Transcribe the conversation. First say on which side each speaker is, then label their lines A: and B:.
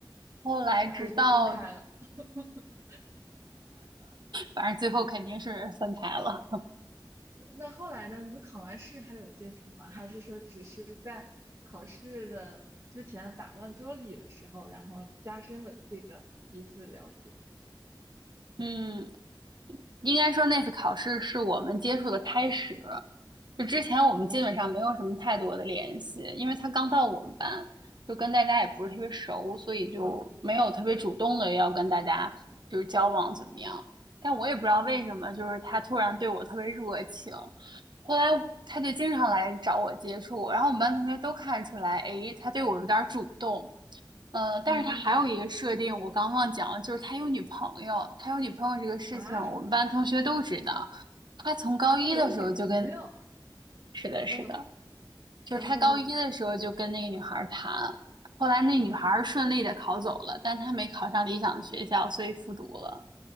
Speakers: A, on the right; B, on the right.
A: 后来直到
B: 然后就被分开了。
A: <laughs>
B: <laughs>
A: 反正最后肯定是分开了，
B: 那那后来呢？你们考完试还有接触吗？还是说只是在考试的之前打乱桌椅的时候，然后加深了这个彼此的了解？
A: <laughs> 嗯。应该说那次考试是我们接触的开始，就之前我们基本上没有什么太多的联系，
B: 哦，
A: 因为他刚到我们班，就跟大家也不是特别熟，
B: 嗯
A: 所以就没有特别主动的要跟大家就是交往怎么样。
B: 嗯
A: 但我也不知道为什么，
B: 嗯
A: 就是他突然对我特别热情，后来他就经常来找我接触，然后我们班同学都看出来，诶，他对我有点主动。呃，但是他还有一个设定，
B: 嗯嗯
A: 我刚忘讲了，就是他有女朋友，他有女朋友这个事情，
B: 啊，
A: 我们班同学都知道。他从高一的时候就跟，
B: 他有女朋友，
A: 是的，是的，
B: 嗯，
A: 就是他高一的时候就跟那个女孩儿谈，
B: 然后呢？
A: 后来那女孩儿顺利的考走了，
B: 嗯，
A: 但他没考上理想的学校，
B: 好的，
A: 所以复读了。